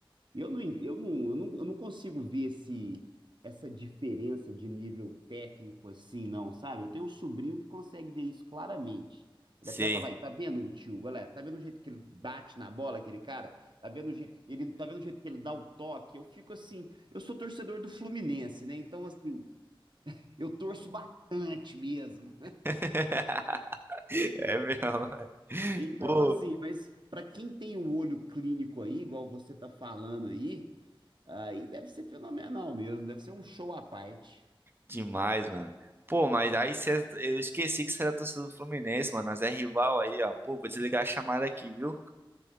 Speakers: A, on the right; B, on the right.
A: E eu não, en- eu não, eu não, eu não consigo ver esse, essa diferença de nível técnico assim, não, sabe? Eu tenho um sobrinho que consegue ver isso claramente. Ele
B: Sim.
A: até fala aí, tá vendo o tio, galera? Tá vendo o jeito que ele bate na bola, aquele cara? Tá vendo o jeito, ele, tá vendo o jeito que ele dá o toque? Eu fico assim, eu sou torcedor do Fluminense, né? Então, assim, eu torço bastante mesmo.
B: <laughs> É mesmo.
A: Então,
B: Pô,
A: assim, mas para quem tem o olho clínico aí, igual você tá falando aí, aí deve ser fenomenal mesmo, deve ser um show à parte.
B: Demais, mano. Pô, mas aí cê, eu esqueci que você era torcedor do Fluminense, mano. Nós é rival aí, ó. Pô, vou desligar a chamada aqui, viu?